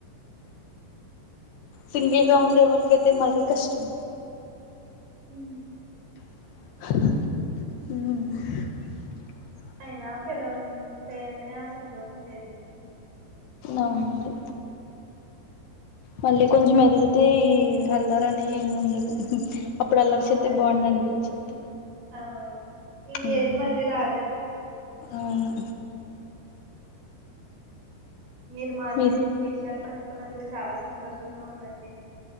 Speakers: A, on the left; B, on the right.
A: సింగిల్ రౌండ్ ఎల్కయితే మరీ కష్టం
B: హ్మ్
A: హ్మ్
B: అయినా పిల్లలుంటేనే ఆ సంతోషం వేర్లే
A: అవునండి మళ్ళీ కొంచెం ఎదిగితే
B: మీరు-
A: ఈ అల్ల కానీ ఏముండదు అప్పుడు అల్లరిచేత్తే
B: అవునండి
A: బాగుండు అనిపిచ్చిద్ది
B: ఆ ఈ
A: హ్మ్
B: ఏజ్ మళ్ళీ రాదండి
A: అవును
B: మీరు మాది
A: మీ
B: విషాల పట్ కన్ అందుకు చాలా సంతోషంగా ఉందండి